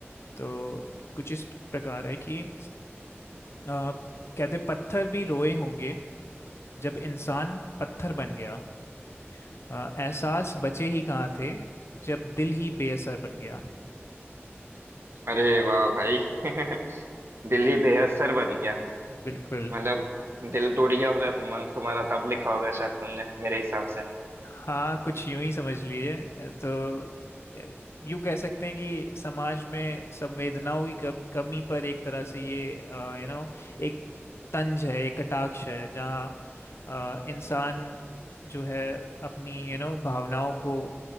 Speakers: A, on the left; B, on the right.
A: तो कुछ इस प्रकार है कि अ, कहते पत्थर भी रोए होंगे जब इंसान पत्थर बन गया अ, एहसास बचे ही कहाँ थे जब दिल ही बेअसर बन गया
B: अरे वाह भाई <laughs> दिल ही बेअसर बन गया
A: बिल्कुल
B: मतलब दिल टूट गया होगा तुम तुम्हारा तब लिखा होगा शायद तुमने मेरे हिसाब से
A: हाँ कुछ यूं ही समझ लीजिए तो अ, यूं कह सकते हैं कि समाज में संवेदनाओं की कम, कमी पर एक तरह से ये यू नो एक तंज है एक कटाक्ष है जहाँ अ, इंसान जो है अपनी यू नो भावनाओं को